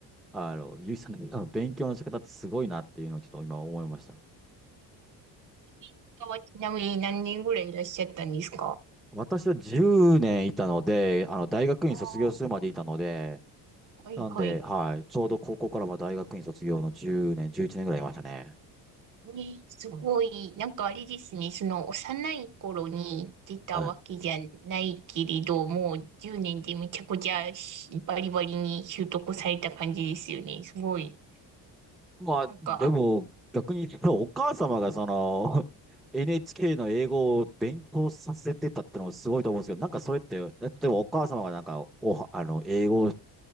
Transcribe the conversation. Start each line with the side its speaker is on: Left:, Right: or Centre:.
Centre: あの、ゆいさんのあの勉強の仕方ってすごいなっていうのをちょっと今思いました。
Right: インドはちなみに何年ぐらいいらっしゃったんですか
Centre: 私は10年いたので、あの、大学院卒業するまでいたので、
Right: ああはい、
Centre: なんで、
Right: はい。
Centre: はい、ちょうど高校からは大学院卒業の10年、11年ぐらいいましたね。
Right: ね、すごい、なんかあれですね、その幼い頃に出たわけじゃないけれど、
Centre: はい。
Right: もう10年でめちゃくちゃしバリバリに習得された感じですよね。すごい。
Centre: まあ、
Right: なんか、
Centre: でも、逆に言うとお母様がその、<laughs> NHK の英語を勉強させてたってのもすごいと思うんですけど、なんかそれって、例えばお母様がなんか、お、あの、英語を